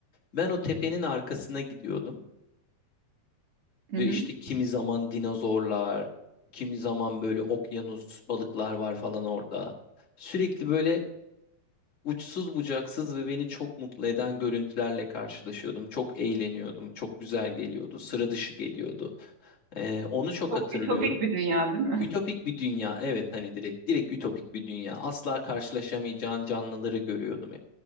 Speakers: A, on the left; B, on the right.
A: ben o tepenin arkasına gidiyordum
B: Hı
A: ve
B: hı.
A: işte kimi zaman dinozorlar, kimi zaman böyle okyanus balıklar var falan orada. Sürekli böyle uçsuz bucaksız ve beni çok mutlu eden görüntülerle karşılaşıyordum. Çok eğleniyordum, çok güzel geliyordu, sıra dışı geliyordu. Ee, onu çok
B: Çok
A: hatırlıyorum.
B: ütopik bir dünya değil mi?
A: Ütopik
B: <laughs>
A: bir dünya, evet hani direkt direkt ütopik bir dünya. Asla karşılaşamayacağın canlıları görüyordum hep.